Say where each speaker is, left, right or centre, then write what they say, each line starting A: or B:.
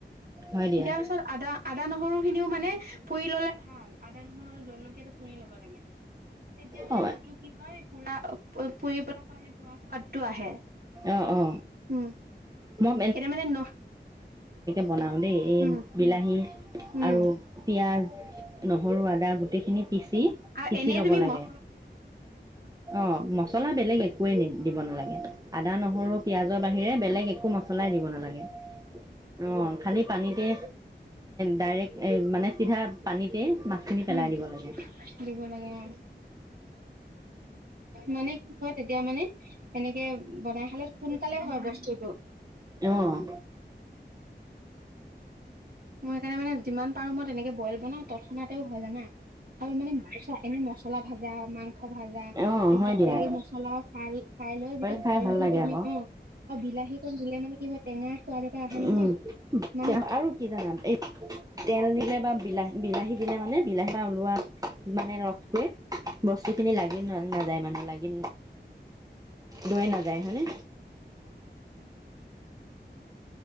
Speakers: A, on the right (about 20°); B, on the right (about 60°).
A: হয় দিয়া
B: দিয়াৰ পিছত আদা। আদা নহৰু খিনিও মানে পুৰি ল'লে ভাল আদা নহৰু জলকীয়া পুৰি ল'ব লাগে তেতিয়া মানে
A: অ
B: তাতো কি হয় পুৰা পুৰি পেলা। খ পোৱা সোৱাদটো আহে
A: অ অ
B: উম
A: মই
B: এতিয়া মানে ন
A: বনাও দেই এই
B: উম
A: বিলাহী
B: উম
A: আৰু পিয়াজ নহৰু আদা গোটেইখিনি পিচি
B: আৰু
A: পিচি
B: এনেই
A: ল'ব
B: তুমি
A: লাগে
B: ম
A: অ মছলা বেলেগ দিব নালাগে। আদা নহৰু পিয়াজৰ বাহিৰে বেলেগ একো মছলাই দিব নালাগে অ খালি পানীতে ডাইৰেক্ট মানে চিধা পানীতে মাছখিনি পেলাই
B: উম
A: দিব লাগে।
B: দিব লাগে অ মানে কি হয় তে এতিয়া মানে সেনেকে বনাই খালে সোনকালে হয়ৰ বস্তুটো
A: অ',
B: মই সেইকাৰণে মানে যিমান পাৰো মই তেনেকে বইল বনাওঁ তৎক্ষণাতেও হয় জানা আৰু মানে এনে মছলা ভাজা মাংস ভাজা
A: অ',
B: এই
A: হয়
B: পি
A: দিয়া।
B: তেল মছলা খাই লৈ যেতিয়া
A: খাই
B: বইল
A: ভাল
B: দি
A: লাগে
B: তুমি
A: আকৌ।
B: অ আৰুণি বিলাহী কন দিলে মানে কি হয়। এনেই সোৱাদ এটা আহে নহয়
A: উম, আৰু কি জানা এই তেল দিলে বা বিলাহ বিলাহী দিলে মানে বিলাহী ওলোৱাত মানে ৰসটোৱে বস্তুখিনি লাগি ন নাযায় মানে লাগি লৈ নাযায় হনে